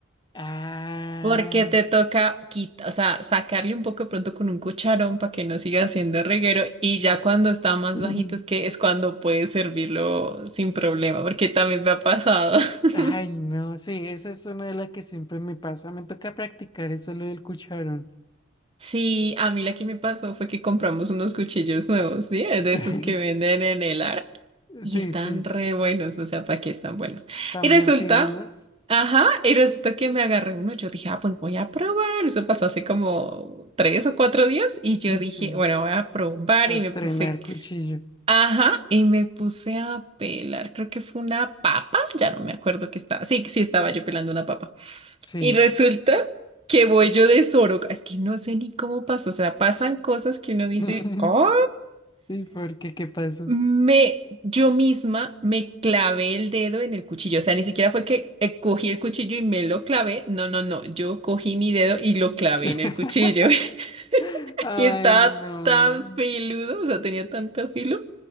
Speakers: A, on the left; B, on the right.
A: Ah,
B: Porque te toca quita, o sea, sacarle un poco de pronto con un cucharón para que no siga haciendo reguero y ya cuando está más
A: <laughs>
B: bajito es que es cuando puedes servirlo sin problema, porque también me ha pasado. <laughs>
A: ay, no, sí, esa es una de las que siempre me pasa. Me toca practicar eso lo del cucharón.
B: Sí, a mí la que me pasó fue que compramos unos cuchillos nuevos, ¿sí? De
A: <laughs>
B: esos que venden en el Ara. Y
A: Sí,
B: están
A: sí,
B: re buenos, o sea, ¿para qué están buenos?
A: también
B: Y resulta,
A: filudos.
B: ajá, y resulta que me agarré uno. Yo dije, ah, pues voy a probar. Eso pasó hace como tres o cuatro días. Y yo
A: Mm,
B: dije,
A: Sí,
B: bueno, voy a probar.
A: a
B: Y
A: estrenar
B: me puse,
A: cuchillo.
B: ajá, y me puse a pelar. Creo que fue una papa. Ya no me acuerdo que estaba. Sí, sí, estaba yo pelando una papa.
A: Sí.
B: Y resulta que voy yo de Soroca. Es que no sé ni cómo pasó. O sea, pasan cosas que uno dice,
A: <laughs>
B: ¿cómo?
A: ¿Y por qué? ¿Qué pasó?
B: Me, yo misma me clavé el dedo en el cuchillo, o sea, ni siquiera fue que eh, cogí el cuchillo y me lo clavé, no, no, no, yo cogí mi dedo y lo clavé
A: <laughs>
B: en el cuchillo <laughs>
A: Ay,
B: y estaba
A: no.
B: tan filudo, o sea, tenía tanto filo